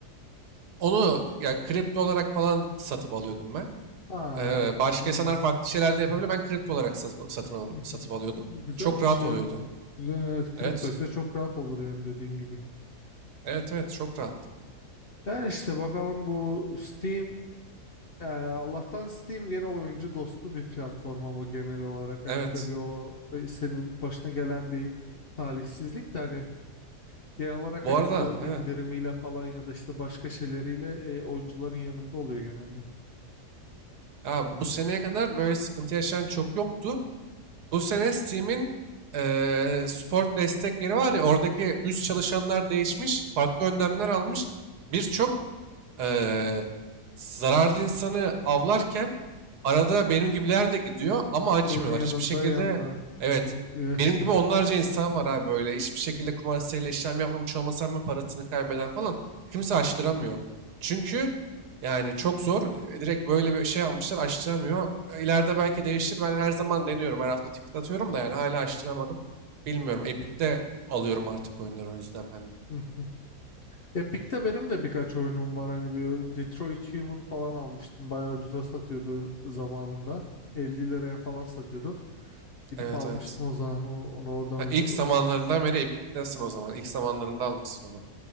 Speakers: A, on the right; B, on the left.
A: Onu ya kripto olarak falan satıp alıyordum ben.
B: Ha,
A: Ee, başka
B: anladım.
A: insanlar farklı şeyler de yapabiliyor. Ben kripto olarak satıp, satın al-
B: Hı hı.
A: satıp alıyordum.
B: E, Güzelmiş
A: Çok rahat
B: ya.
A: oluyordu.
B: Güzel evet. Kripto
A: Evet.
B: ise çok rahat olur yani dediğin gibi.
A: Evet evet çok rahattı.
B: Yani işte bakalım bu Steam yani Allah'tan Steam gene oyuncu dostu bir platform ama genel olarak hani
A: Evet.
B: tabii o e, senin başına gelen bir talihsizlik de hani genel olarak
A: Bu
B: hani
A: arada
B: bu
A: aynen.
B: indirimiyle falan ya da işte başka şeyleriyle e, oyuncuların yanında oluyor genelde.
A: Ya bu seneye kadar böyle sıkıntı yaşayan çok yoktu. Bu sene Steam'in eee sport destek yeri var ya oradaki üst çalışanlar değişmiş. Farklı önlemler almış. Birçok eee, zararlı insanı avlarken arada benim gibiler de gidiyor ama açmıyorlar.
B: Kurunun yanında
A: Hiçbir şekilde
B: yanda
A: evet
B: e, yaşta.
A: benim gibi onlarca insan var abi böyle hiçbir şekilde kumar siteyle işlem yapmamış olmasam ben parasını kaybeden falan kimse açtıramıyor. Çünkü yani çok zor. e, Direkt böyle bir şey almışlar açtıramıyor. E, İleride belki değişir. Ben her zaman deniyorum. Her hafta ticket atıyorum da yani hala açtıramadım. Bilmiyorum. Epic'te alıyorum artık oyunları o yüzden ben de.
B: Hı hı. Epic'te benim de birkaç oyunum var. Hani bir Detroit Human falan almıştım. Bayağı ucuza satıyordu zamanında. elli liraya falan satıyordu. Gidip
A: Evet
B: almıştım
A: evet.
B: o zaman. O- onu orada
A: Ha,
B: oynadım.
A: ilk zamanlarından beri Epic'tesin o zaman. İlk zamanlarında almışsın onu.